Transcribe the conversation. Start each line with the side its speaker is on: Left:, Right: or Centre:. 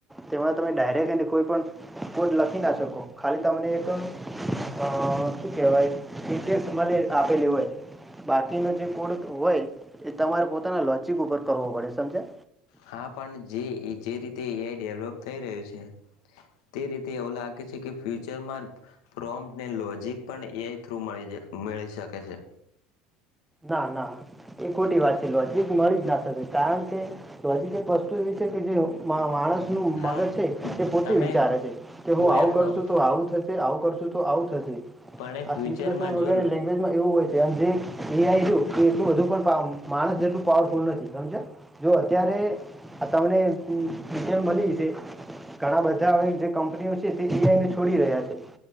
Centre: તેમાં તમે ડાયરેક્ટ એને કોઈ પણ કોડ લખી ના શકો ખાલી તમને એક શું કહેવાય ઇડેક્સ મને આપેલી હોય બાકીનો જે કોડ હોય એ તમારે પોતાના લોચિક ઉપર કરવો પડે સમજા.
Left: હા પણ જે જે રીતે એઆઈ ડેવલોપ. થઈ રહ્યું છે તે રીતે એવું લાગે છે કે ફ્યુચરમાં પ્રોમ્પને લોજિક પણ એ થ્રુ મળી મળી શકે છે.
Centre: ના ના એ ખોટી વાત છે નજીક મળી જ ના શકે કારણ કે નજીક એક વસ્તુ એવી છે કે જે માણસ. ું
Left: હા
Centre: મગજ છે એ પોતે
Left: તમે
Centre: વિચારે છે કે હું આવું
Left: એમ
Centre: કરશું
Left: કહું
Centre: તો આવું થશે આવું કરશું. તો આવું થ નથી.
Left: પણ એ
Centre: આ
Left: ફ્યુચરમાં
Centre: સનગરે
Left: જો
Centre: લેંગ્વેજમાં એવું હોય છે. કે હંજી. અંું કે એલું બધું પણ માણસ એટલું પાવરફુલ નથી સમજ. જો અત્યારે. આ તમનેિટેલ મળી છે ઘણા બધા જે કંપનીઓ છે તે એઆઈને છોડી રહ્યા છે.